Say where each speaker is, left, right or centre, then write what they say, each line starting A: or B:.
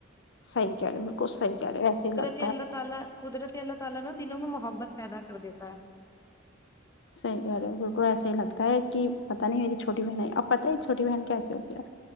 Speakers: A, on the left; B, on the left.
A: صحی کہہ رہے بالکل سحی کہہ رہے ایسے ہی لگ
B: ال تالا قدرتی ال تال دلوں میں محبت پیدا کر دیتا ہے
A: صحیح کہ رہ ہے بالک کو ایسے ہی لگتا ہے کہ پتاہ نہیں میری چھوٹی بہن ہے اب پت ہے چھوٹی بہن کیسی ہوتی ہے